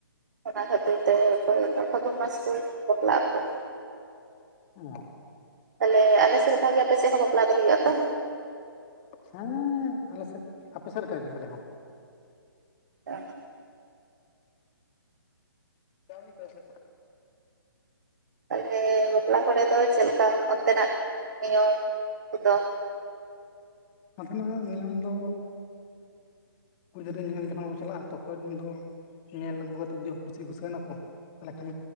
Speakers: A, on the right; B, on the left.
A: ᱚᱱᱟ ᱠᱷᱟᱹᱛᱤᱨ ᱛᱮ ᱚᱠᱚᱭ ᱫᱚ ᱠᱚ ᱯᱷᱟᱜᱩᱱ ᱢᱟᱸᱥ ᱨᱮ ᱵᱟᱯᱞᱟᱜ ᱟᱠᱚ ᱾ <inaudible>
B: ᱚᱻ
A: ᱛᱟᱦᱚᱞᱮ ᱟᱞᱮ ᱥᱮᱫ ᱞᱮᱠᱟ ᱜᱮ ᱟᱯᱮ ᱥᱮᱫ ᱦᱚᱸ ᱵᱟᱯᱞᱟ ᱫᱚ ᱦᱩᱭᱩᱜᱼᱟ ᱛᱚ᱾
B: ᱦᱮᱸᱻ ᱟᱞᱮ ᱥᱮᱫ ᱟᱯᱮ ᱥᱮᱫ ᱞᱮᱠᱟ ᱜᱮ ᱟᱞᱮ ᱦᱚᱸ᱾
A: ᱚ
B: ᱠᱟᱢᱤ ᱯᱚᱭᱥᱟ ᱠᱚ
A: ᱛᱟᱦᱞᱮ ᱵᱟᱯᱞᱟ ᱠᱚ ᱨᱮ ᱫᱚ ᱪᱮᱫ ᱞᱮᱠᱟ ᱚᱱᱛᱮ ᱱᱟᱸᱜ ᱱᱤᱭᱚᱢ ᱠᱚ ᱫᱚ?
B: ᱱᱚᱛᱮ ᱱᱟᱸᱜ ᱱᱤᱭᱚᱢ ᱫᱚ ᱠᱩᱲᱤ ᱜᱤᱫᱽᱨᱟᱹ ᱧᱮᱞ ᱡᱚ ᱠᱷᱚᱱ ᱠᱚ ᱪᱟᱞᱟᱜᱼᱟ ᱛᱚᱠᱷᱚᱱ ᱫᱚ ᱧᱮᱞ ᱟᱹᱜᱩ ᱠᱟᱛᱮ ᱡᱩᱫᱤ ᱠᱩᱥᱤ ᱠᱩᱥᱟᱹᱞ ᱱᱟᱠᱚ᱾ ᱛᱟᱦᱞᱮ ᱠᱷᱟᱱ